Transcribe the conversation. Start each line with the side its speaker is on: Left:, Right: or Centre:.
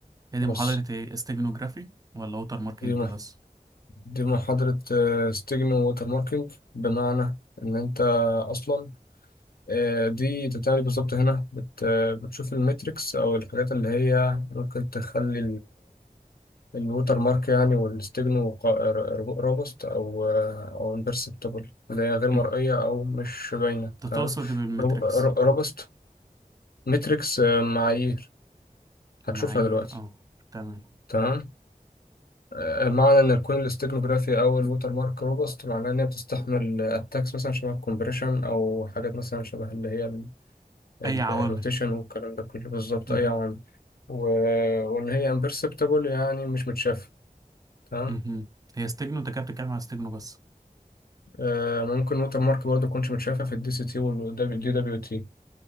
Right: هي دي
Left: بص
Right: محاضره ايه استيجنوجرافي ولا ووتر ماركينج
Left: دي مح...
Right: بس
Left: دي محاضرة ستيجن ووتر ماركينج بمعنى إن أنت أصلا آه، دي تتعمل بالظبط هنا بت... بتشوف الميتريكس أو الحاجات اللي هي ممكن تخلي الوتر مارك يعني والاستجنو قا- ر- رابست او او امبرسبتبل اللي هي غير
Right: مهم.
Left: مرئيه او مش باينه
Right: انت
Left: تمام
Right: تقصد إيه بالمتريكس
Left: راب- ر- رابست متريكس آه، معايير هتشوفها
Right: معايير
Left: دلوقتي
Right: اه تمام
Left: تمام آه، معنى ان يكون الاستجنوغرافي او الوتر مارك روبست معناه ان هي بتستحمل اتاكس مثلا شبه الكومبريشن او حاجات مثلا شبه اللي هي الروتيشن
Right: اي عوامل
Left: والكلام ده كله بالظبط
Right: مهم.
Left: اي عوامل و- وان هي امبرسبتبل يعني مش متشافه تمام
Right: مهم. هي استيجنو انت كده بتتكلم على استيجنو بس
Left: آه، ممكن ووتر مارك برضه تكونش متشافة في الدي سي تي والدي دبليو تي